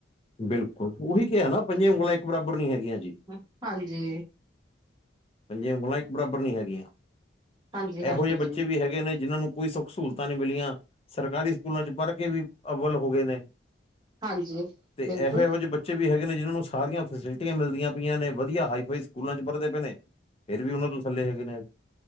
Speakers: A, on the left; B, on the right.
A: ਬਿਲਕੁਲ ਉਹੀ ਕਿਆ ਨਾ ਪੰਜੇ ਉਂਗਲਾਂ ਇੱਕ ਬਰਾਬਰ ਨੀ ਹੈਗੀਆਂ ਜੀ।
B: ਹ ਹਾਂਜੀ।
A: ਪੰਜੇ ਉਗਲਾਂ ਇੱਕ ਬਰਾਬਰ ਨੀ ਹੈਗੀਆਂ
B: ਹਾਂਜੀ ਹਾਂਜੀ
A: ਇਹੋ ਜਿਹੇ ਬੱਚੇ ਹੈਗੇ ਨੇ ਜਿਹਨਾਂ ਨੂੰ ਕੋਈ ਸੁੱਖ ਸਹੂਲਤਾਂ ਨੀ ਮਿਲੀਆਂ ਸਰਕਾਰੀ ਸਕੂਲਾਂ 'ਚ ਪੜ੍ਹ ਕੇ ਵੀ ਅੱਵਲ ਹੋ ਗਏ ਨੇ।
B: ਹਾਂਜੀ
A: ਤੇ
B: ਬਿਲਕੁਲ
A: ਇਹੋ-ਇਹੋ ਜਿਹੇ ਬੱਚੇ ਬੱਚੇ ਵੀ ਹੈਗੇ ਨੇ ਜਿਨਾਂ ਨੂੰ ਸਾਰੀਆਂ ਫੈਸਿਲਿਟੀਆਂ ਮਿਲਦੀਆਂ ਪਈਆਂ ਨੇ ਵਧੀਆ ਹਾਈ-ਫਾਈ ਸਕੂਲਾਂ 'ਚ ਪੜ੍ਹਦੇ ਪਏ ਨੇ। ਫਿਰ ਵੀ ਉਨਾਂ ਤੋਂ ਥੱਲੇ ਹੈਗੇ ਨੇ ਅੱਜ